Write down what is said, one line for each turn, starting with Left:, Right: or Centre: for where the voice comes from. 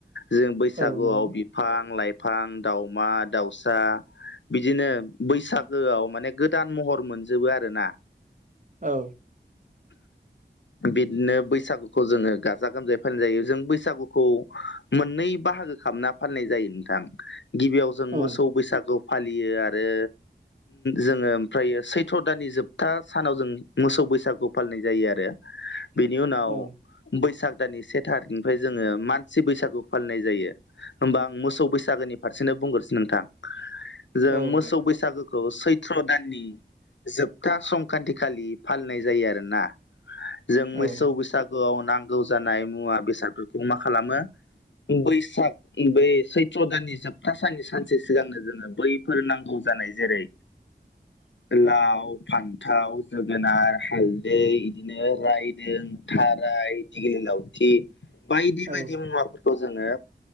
Left: जों बैसागुआव
Right: औ नंगौ
Left: बिफां लाइफां दाउमा दाउसा बिदिनो बैसागोआव माने गोदान महर मोनजोबो आरो ना
Right: औ।
Left: बिदिनो बैसागुखौ जोङो गाजा गोमजायै फालि जायो जों बैसागुखौ मोननै बाहागो खालामना फालिनाय जायो नोंथां। गिबियाव जों मोसौ
Right: औ
Left: बैसागु फालियो आरो जोङो ओमफ्रायायो सैथ' दानानि जोबथा सानाव जों मोसौ बैसागु फालिनाय जायो आरो।
Right: <inaudible>
Left: बेनि उनाव
Right: औ
Left: बैसाग दानानि से थारिखनिफ्राय जोङो मानसि बैसागु फालिनाय जायो। होमबा आं मोसौ बैसागोनि फारसेनो बुंग्रोसो नोंथां जे
Right: औ
Left: मोसौ
Right: दे
Left: बैसागोखौ खौ सैथ्र' दाननि जोबथा संक्रान्त खालि फालिनाय जायो आरोना। जों मोसौ
Right: औ
Left: बैसागुआव नांगौ जानाय मुवा बेसादफोरखौ मा खालामो बैसाग बै सैत्र दाननि जोबथा साननि सान एसे सिगांनो जोङो बैफोर नांगौ जानाय जेरै
Right: <inaudible>
Left: लाव, फान्थाव, जोगोनार, हालदै, बिदिनो रायदों, थाराइ दिगिलि लावथि बायदि बायदि
Right: औ
Left: मुवाफोरखौ जोङो